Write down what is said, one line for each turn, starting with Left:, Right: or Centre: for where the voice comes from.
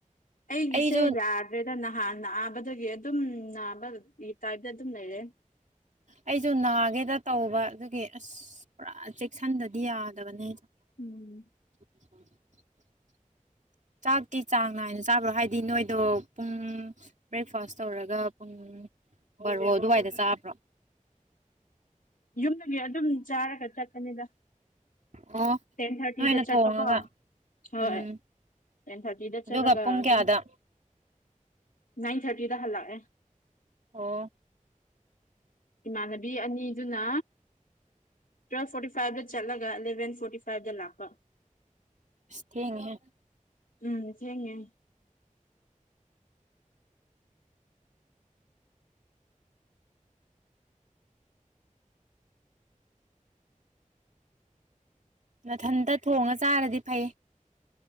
Left: ꯑꯩꯤꯁꯦ
Right: ꯑꯩꯁꯨ
Left: ꯌꯥꯗ꯭ꯔꯦꯗ ꯅ ꯍꯥ ꯅꯥꯕꯗꯒꯤ ꯑꯗꯨꯝ ꯅꯥꯕꯒꯤ ꯇꯥꯏꯞꯇ ꯑꯗꯨꯝ ꯂꯩꯔꯦ
Right: ꯑꯩꯁꯨ ꯅꯥꯒꯦꯗ ꯇꯧꯕ ꯑꯗꯨꯒꯤ ꯑꯁ ꯄꯨꯔꯥ ꯆꯦꯛꯁꯤꯟꯗꯗꯤ ꯌꯥꯗꯕꯅꯦ
Left: ꯎꯝ
Right: <inaudible> <unintelligible> ꯆꯥꯛꯇꯤ ꯆꯥꯡ ꯅꯥꯏꯅ ꯆꯥꯕ꯭ꯔꯣ ꯍꯥꯏꯗꯤ ꯅꯣꯏꯗꯣ ꯄꯨꯡ ꯕ꯭ꯔꯦꯛꯐꯥꯁ ꯇꯧꯔꯒ ꯄꯨꯡ ꯔꯣ ꯑꯗꯨꯋꯥꯏꯗ ꯆꯥꯕ꯭ꯔꯣ
Left: ꯌꯨꯝꯗꯨꯒꯤ ꯑꯗꯨꯝ ꯆꯥꯔꯒ ꯆꯠꯀꯅꯤꯗ
Right: ꯑꯣ
Left: ꯇꯦꯟ ꯊꯥꯔꯇꯤꯗ
Right: ꯅꯣꯏꯅ
Left: ꯆꯠ
Right: ꯊꯣꯡꯉꯒ
Left: ꯄꯀ ꯍꯣꯏ
Right: ꯎꯝ
Left: ꯇꯦꯟ ꯊꯥꯔꯇꯤꯗ
Right: ꯑꯗꯨꯒ
Left: ꯆꯠꯂꯒ
Right: ꯄꯨꯡ
Left: ꯑꯗꯨꯝ
Right: ꯀꯌꯥꯗ
Left: ꯅꯥꯏꯟ ꯊꯥꯔꯇꯤꯗ ꯍꯜꯂꯛꯑꯦ
Right: ꯑꯣ
Left: ꯏꯃꯥꯟꯅꯕꯤ ꯑꯅꯤꯗꯨꯅ ꯇꯨꯋꯦꯜ ꯐꯣꯔꯇꯤ ꯐꯥꯏꯚꯇ ꯆꯠꯂꯒ ꯑꯦꯂꯚꯦꯟ ꯐꯣꯔꯇꯤ ꯐꯥꯏꯚꯇ ꯂꯥꯛꯄ
Right: ꯊꯦꯡꯉ
Left: ꯎꯝ ꯁꯤꯦꯉ
Right: ꯃꯊꯟꯇ ꯊꯣꯡꯉ ꯆꯥꯔꯗꯤ ꯐꯩ